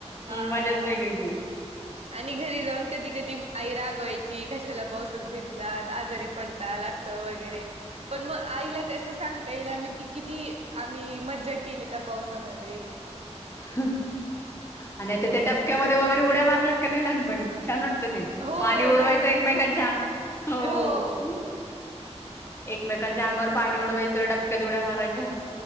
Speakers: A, on the right (about 60°); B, on the left (about 20°).
A: हा,
B: मजाच वेगळी ती
A: आणि घरी जाऊन कधी कधी आई राग वायची कशाला पावसात भिजलात आजारी पड़ताल, असं वगैरे पण मग आईला कसं सांगता येईल मी किती? आम्ही मज्जा केली त्या पावसामध्ये.
B: ह आणि आता त्या डबक्यामध्ये वगैरे उड्या मारल्यात, का नाही लहानपणी छान! वा ते
A: हो
B: पाणी उडवायचं
A: लहानपणी
B: एकमेकांच्या
A: खूप
B: अंग
A: हो
B: एकमेकांच्या अंगावर पाणी उडवायचं, डबक्यात उड्या मारायच्या.